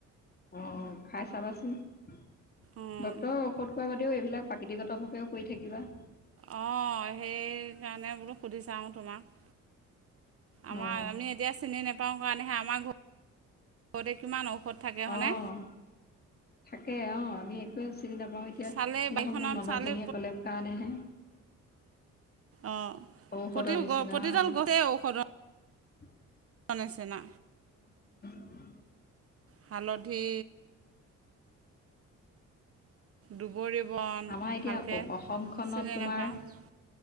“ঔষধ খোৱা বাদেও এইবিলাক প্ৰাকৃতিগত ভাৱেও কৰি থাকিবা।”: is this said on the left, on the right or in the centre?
Left